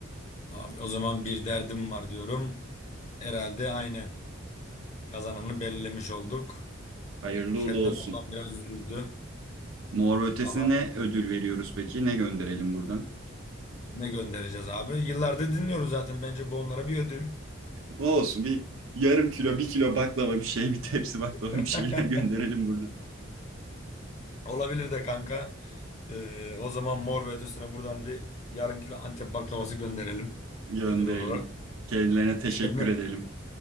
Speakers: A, on the left; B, on the right.
A: Abi o zaman bir derdim var diyorum. Herhalde aynen. Kazananı belirlemiş olduk.
B: Hayırlı
A: Şebnem
B: uğurlu olsun.
A: ablam biraz üzüldü.
B: Mor ve ötesine
A: Ama
B: ne ödül
A: e,
B: veriyoruz peki? Ne gönderelim buradan?
A: ne göndereceğiz abi? Yıllardır dinliyoruz zaten. Bence bu onlara bir ödül.
B: O olsun bir yarım kilo, bir kilo baklava bir şey, bir tepsi baklava
A: <laughs>
B: bir şeyler <laughs> gönderelim buradan.
A: Olabilir de kanka. Ee, o zaman Mor ve Ötesi'ne buradan bir yarım kilo Antep baklavası gönderelim
B: Gönderelim.
A: ödül olarak.
B: Kendilerine teşekkür
A: Şebnem,
B: edelim.